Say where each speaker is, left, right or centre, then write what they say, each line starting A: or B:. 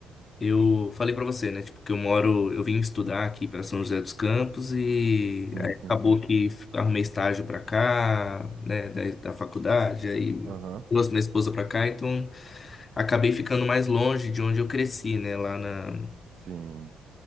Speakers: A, on the left (about 35°); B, on the right (about 60°).
A: eu falei pra você, né? Tipo, que eu moro, eu vim estudar aqui pra São José dos Campos e
B: Sim,
A: aí
B: sim,
A: acabou
B: sim.
A: que f- arrumei estágio pra cá, né, da, da faculdade, aí
B: Aham.
A: trouxe minha esposa pra cá, então acabei ficando mais longe de onde eu cresci, né, lá na
B: Sim,